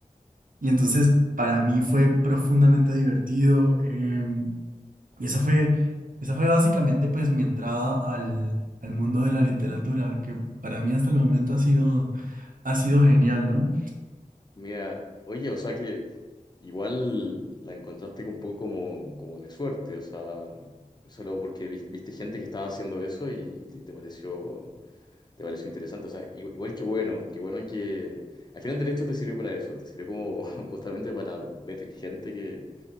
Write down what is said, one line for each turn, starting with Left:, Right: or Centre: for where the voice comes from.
Right: Y entonces para mí fue profundamente divertido. em, y eso fue, esa fue básicamente pues mi entrada al, al mundo de la literatura, que para mí hasta el momento ha sido, ha sido genial, ¿no?
Left: Mira, oye, o sea que igual la encontraste un poco como, como de suerte, o sea, solo porque vis- viste gente que estaba haciendo eso y te, te pareció, te pareció interesante, o sea, i- igual que bueno, que bueno que al final el derecho te sirvió para eso, te sirvió como <laughs> justamente para ver gente que,